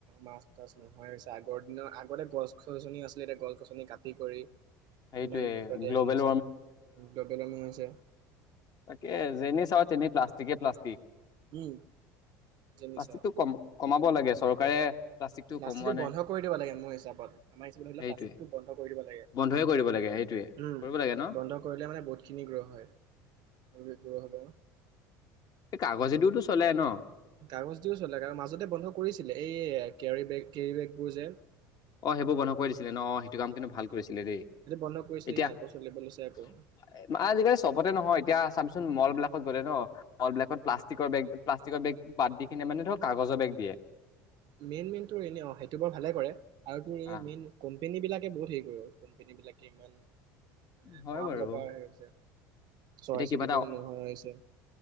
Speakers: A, on the right; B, on the left.
A: মাছ তাছ নোহয় আগ বৰ দিনৰ আগতে গছ গছনি আছিলে এতিয়া গছ গছনি কাটি কৰি
B: সেইটোয়ে
A: কিমান কি কতে
B: গ্ল'বেল
A: হেৰিছিল গ্লবেল নাইছে,
B: ত যে নি চও তে প্লষ্ট, চিকে প্লষ্টিক,
A: উম জনিছা
B: প্লাষ্টিকটো কম কমাব লাগে চৰকাৰে
A: প্লাষ্টিকটো
B: কমোৱা নাই
A: বন্ধ কৰি দিব লাগে মোৰ হিচাপত আমাৰ হিচাপত স
B: সেইটোয়ে
A: প্লাষ্টিকটো বন্ধ কৰি দিব লাগে
B: বন্ধয়ে কৰিব সেইটোয়ে কৰিব লাগে ন
A: বন্ধ কৰিলে মানে বহুতখিনি গ্ৰহ হয় অ' ক হ'ব
B: কাগজেদিওতটো চলে ন
A: কাগজ দিও চলে মাজতে বন্ধ কৰিছিলে এই কেৰী বেগ কেৰিবেগবোৰ যেন
B: অ' সেইবোৰ বন্ধ কৰি দিছিলে ন সেইটো কাম কিন্তু ভাল কৰিছিলে দেই
A: সেইটো বন্ধ কৰিছিলে
B: এতিয়া
A: কিন্তু আকৌ চলিব লৈছে আকৌ
B: আজিকালি চবতে নহয় এতিয়া চাবচোন মল বিলাকত গ'লে ন মল বিলাকত প্লাষ্টিকৰ বেগ প্লাষ্টিকৰ বেগ বাদ দি কিনে মানে ধৰক কাগজৰ বেগ দিয়ে
A: মেইন মেইনতটো এনে অ সেইটো বৰ ভালে কৰে আৰু তোৰ এই
B: হা
A: মেইন কোম্পনী বিলাক ে বহুত হেৰি কৰে আৰু কোম্পানী বিলাকে ইমান মানে
B: হয়
A: ধোঁৱাবলৈ
B: বাৰু
A: পৰা হেৰি হৈছে চৰাই
B: এতিয়া কিবা
A: চিৰিকটি
B: এটা
A: নোহোৱা হৈছে